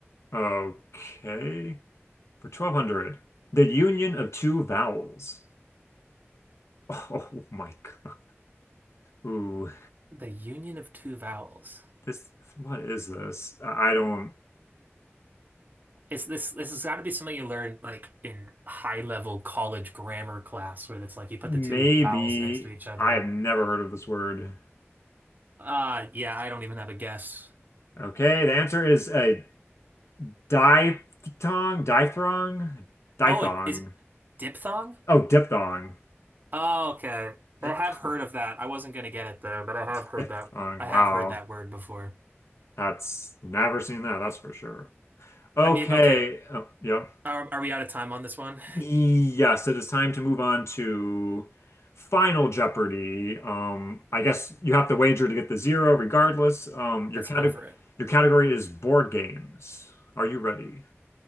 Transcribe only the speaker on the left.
Okay. For 1200. The union of two vowels. <laughs> Oh my God. Ooh,
this, what is this? I don't,
maybe
I've never heard of this word.
Okay, the answer is a diphthong, diphthong, diphthong.
Oh, diphthong.
Diphthong,
<laughs>
diphthong.
Wow.
That's never seen that, that's for sure. Okay.
Oh, yep.
Yes, it is time to move on to Final Jeopardy. Um, I guess you have to wager to get the zero regardless. Um, your
cate-
your category is board games. Are you ready?